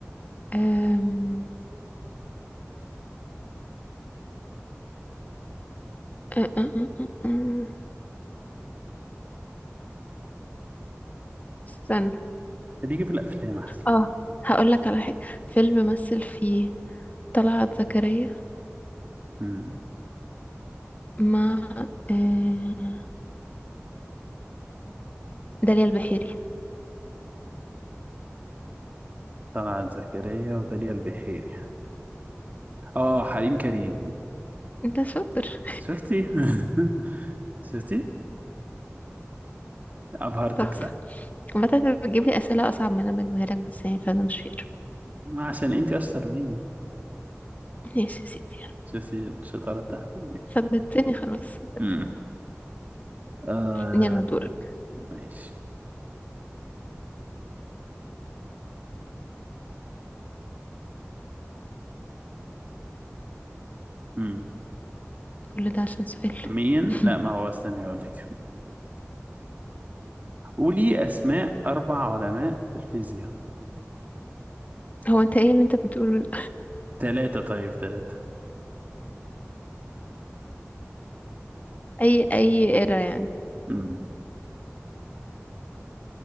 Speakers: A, on the left; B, on the right.
A: أم... أ- أ- أ- أ- أ- استنى
B: اللي يجي في الافلام احسن
A: اه هقول لك على حاجة فيلم مثل فيه طلعت زكريا
B: مم.
A: مع آه، داليا البحيري
B: طلعت زكريا وداليا البحيري اه حريم كريم
A: انت شاطر <laughs>
B: شفتي <laughs> شفتي ابهرتك
A: تحفة
B: صح
A: عامة انت بتجيب لي أسئلة أصعب من اللي أنا بجيبها لك بس يعني فأنا مش فاكر
B: ما عشان انت اشطر مني
A: ماشي يا سيدي يلا
B: شفتي الشطاره بتاعتي ماشي
A: ثبتني خلاص ثبتني
B: امم آه
A: يلا دورك
B: ماشي امم
A: كل ده عشان سؤال
B: مين
A: <laughs>
B: لا ما هو استني اقول لك قولي اسماء اربع علماء في الفيزياء
A: هو انت ايه اللي انت بتقوله ده؟
B: ثلاثه طيب ثلاثه
A: اي اي ايرا يعني
B: امم